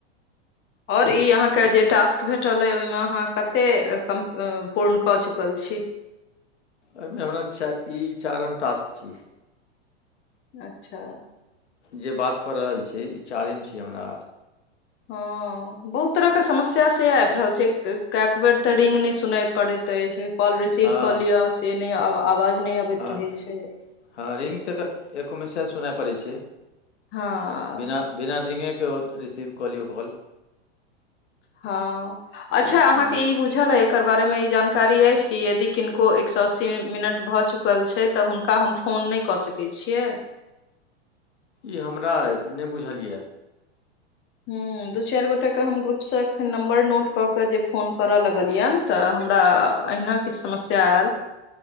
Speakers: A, on the left (about 35°); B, on the left (about 90°).
A: ओर ई अहाँके जे टास्क भेटल अऽ अछि ओहिमे अहाँ कते कम पूर्ण कऽ चुकल छी।
B: एहिमे हमरा चा ई चारिम टास्क छी।
A: अच्छा
B: जे बात कऽ रहल छी ई चारिम छी हमरा
A: हँ बहुत तरह के समस्या से आबि रहल छै कियक बेर तऽ रिंग नहि सुना करेत अछि कॉल रिसीव
B: हँ
A: कऽ लिय से नहि आवाज नहि अबैत
B: हँ
A: रहै छै
B: हँ रिङ् तऽ एको मिशिया सुनय पड़ै छै
A: हँ
B: बिना बिना रींगेके रिसीव कऽ लियौ कॉल
A: हँ अच्छा अहाँके
B: हँ
A: ई बुझ बुझल ऐ एकर बारे मे ई जानकारी अछि कि यदि किनको एक सए अस्सी मिनट भऽ चुकल छै तऽ हुनका हम फोन नहि कऽ सकै छियै।
B: ई हमरा नहि बुझल यऽ।
A: हू दू चारि गोटा के हम ग्रुप से एखन नम्बर नोट कऽ के जे फोन करऽ लगलियनि तऽ हमरा अहिना किछु समस्या आयल।